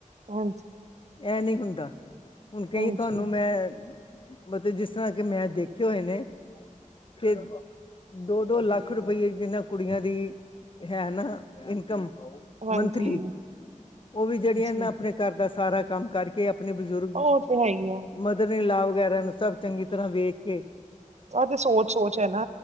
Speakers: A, on the right; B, on the left.
A: ਹਾਂਜੀ
B: ਇਹ ਨਹੀਂ ਹੁੰਦਾ ਹੁਣ
A: ਹਾਂਜੀ-ਹਾਂਜੀ-ਹਾਂਜੀ।
B: ਕਈ ਤੁਹਾਨੂੰ ਮੈਂ ਮਤਲਬ ਜਿਸ ਤਰ੍ਹਾਂ ਕਿ ਮੈਂ ਦੇਖੇ ਹੋਏ ਨੇ ਕਿ ਦੋ-ਦੋ ਲੱਖ ਰੁਪਈਏ ਜਿਨਾਂ ਕੁੜੀਆਂ ਦੀ ਹੈ ਨਾ ਇਨਕਮ
A: ਹਾਂਜੀ,
B: ਮੰਥਲੀ
A: ਹਾਂਜੀ
B: ਓ ਵੀ ਜੜੀਆਂ ਨਾ
A: ਹਾਂਜੀ
B: ਆਪਣੇ ਘਰ ਦਾ ਸਾਰਾ ਕੰਮ ਕਰ ਕੇ ਆਪਣੇ ਬਜ਼ੁਰਗ
A: ਉਹ ਤੇ ਹੈ ਹੀ ਆ
B: ਮਦਰ ਇਨ ਲਾ ਵਗੈਰਾ ਨੂੰ ਸਭ ਚੰਗੀ ਤਰ੍ਹਾਂ ਵੇਖ ਕੇ,
A: ਆਹ ਤੇ ਸੋਚ-ਸੋਚ ਹੈ ਨਾ